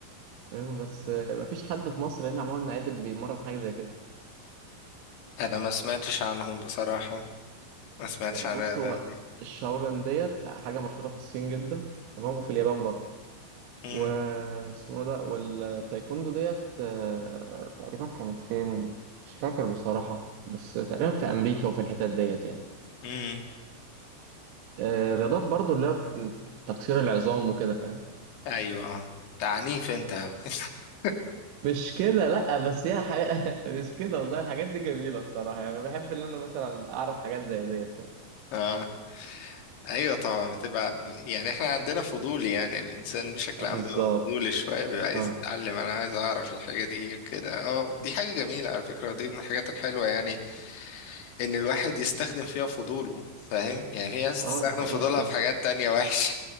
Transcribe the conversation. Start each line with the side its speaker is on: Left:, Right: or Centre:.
Right: فاهم بس أه ما فيش حد في مصر هنا عموما عادل بيمرن حاجه زي كده
Left: انا ما سمعتش عنهم بصراحة ما سمعتش
Right: أه بص
Left: عن الرياضة
Right: هو
Left: دي
Right: الشاولين ديت حاجه مشهوره في الصين جدا تمام وفي اليابان برضه
Left: امم
Right: واسمه ده والتايكوندو ديت آه، تقريبا كانت فين مش فاكر بصراحة بس تقريبا في أمريكا وفي الحتت ديت يعني
Left: امم
Right: آه، رياضات برضو اللي هي بت- تكسير العظام وكده فاهم
Left: ايوه اه تعنيف انت أوي. <laughs>
Right: مش كده لأ بس هي حاجة <laughs> مش كده والله الحاجات دي جميلة بصراحة يعني أنا بحب إن أنا مثلا أعرف حاجات زي ديت فاهم
Left: اه ايوه طبعا بتبقى يعني احنا عندنا فضول يعني الانسان بشكل
Right: آه،
Left: عام
Right: بالظبط
Left: بيبقى فضولي شوية بيبقى عايز
Right: اه
Left: يتعلم انا عايز اعرف الحاجة دي وكده اه دي حاجة جميلة على فكرة ودي من الحاجات الحلوة يعني ان الواحد يستخدم فيها فضوله فاهم يعني في ناس
Right: اه
Left: تستخدم
Right: دي حقيقة
Left: فضولها
Right: فعلا
Left: في حاجات تانية وحشة